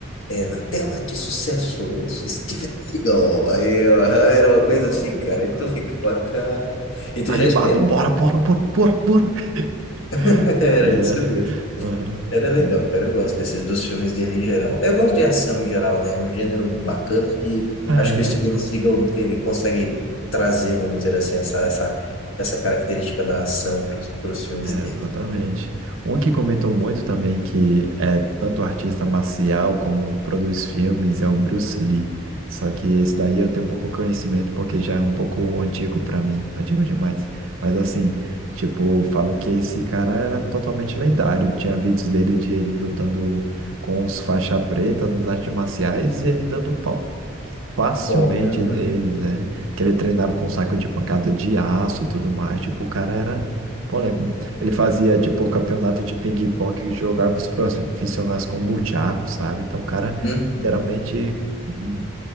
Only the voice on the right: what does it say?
Oh,
ah,
Animado,
bora, bora, bora, bora, bora.
<laughs>
Beleza.
Uhum.
Bom,
ah,
é.
É,
exatamente. Um que comentou muito também que é tanto artista marcial como produz filmes é o Bruce Lee. Só que esse daí eu tenho pouco conhecimento porque já é um pouco antigo para mim, antigo demais. Mas assim, tipo, falam que esse cara era totalmente lendário. Tinha vídeos dele de ele lutando com os faixa preta nas artes marciais e ele dando facilmente
deles, né? Que ele treinava com saco de pancada de aço e tudo mais. Tipo, o cara era polêmico. Ele fazia, tipo, campeonato de ping-pong que jogava os profissionais com buchaco, sabe? Então, o cara
literalmente hum,